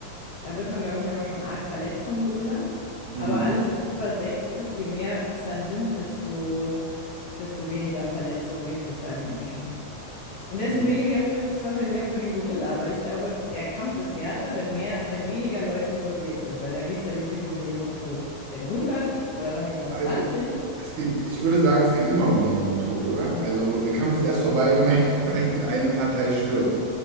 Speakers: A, on the left; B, on the right.
A: Dann wird man, glaube ich, aber schon arg verletzt vom Gorilla.
B: Mhm.
A: Aber alles, was über sechs ist, je mehr es dann sind, desto, desto weniger Verletzungen gibt es beim Menschen. Und desto
B: Ja.
A: weniger schlimm ist es wahrscheinlich auch für den Gorilla, weil ich glaube, der Kampf ist härter, wenn mehr, wenn weniger Leute involviert sind, weil dann geht es ja wirklich um Leben und Tod. Wenn hundert oder sagen wir mal
B: Aber
A: 20,
B: es, es geht, ich würde sagen, es geht immer um Leben und Tod, oder? Also der Kampf ist erst vorbei, wenn, <laughs> wenn eine Partei stirbt.